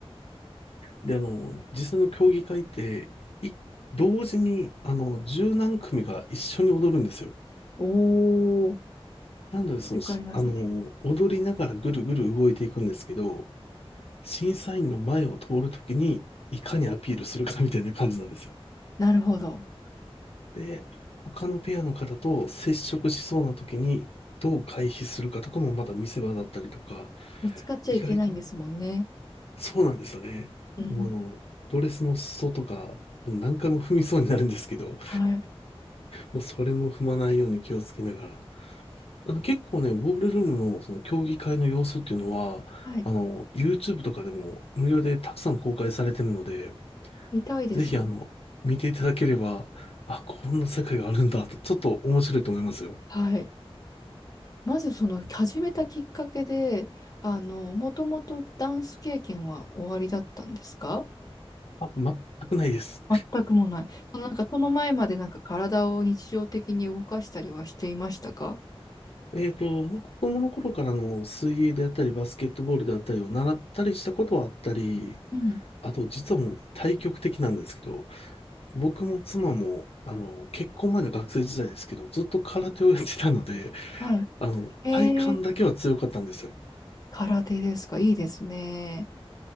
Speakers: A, on the left; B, on the left.
A: で、あの、実際の競技会って、い同時に、あの、十何組が一緒に踊るんですよ。
B: おお、
A: なので、その、
B: よくありますね。
A: しあの、踊りながらぐるぐる動いていくんですけど、審査員の前を通るときに、いかにアピールするかみたいな感じなんですよ。
B: なるほど。
A: で、他のペアの方と接触しそうな時にどう回避するかとかもまた見せ場だったりとか、
B: ぶつかっちゃいけないんですもんね。
A: 意外と、そうなんですよね。
B: うん。
A: もうあの、ドレスの裾とか、何回も踏みそうになるんですけど、
B: はい。
A: もうそれも踏まないように気をつけながら。あの、結構ね、ボールルームのその競技会の様子っていうのは、
B: はい。
A: あの、YouTube とかでも無料でたくさん公開されてるので、
B: 見たいです。
A: ぜひあの、見ていただければ、あ、こんな世界があるんだと、ちょっと面白いと思いますよ。
B: はい。まずその始めたきっかけで、あの、もともとダンス経験はおありだったんですか
A: あ、全くないです。
B: 全くもない。そのなんかその前までなんか体を日常的に動かしたりはしていましたか
A: えっと、まあ子供の頃からの水泳であったり、バスケットボールであったりを習ったりしたことはあったり、
B: うん。
A: あと実はもう対極的なんですけど、僕も妻も、あの、結婚前の学生時代ですけど、ずっと空手をやってたので、
B: はい。
A: あの、
B: へえ
A: 体幹だけは強かったんですよ。
B: 空手ですかいいですね。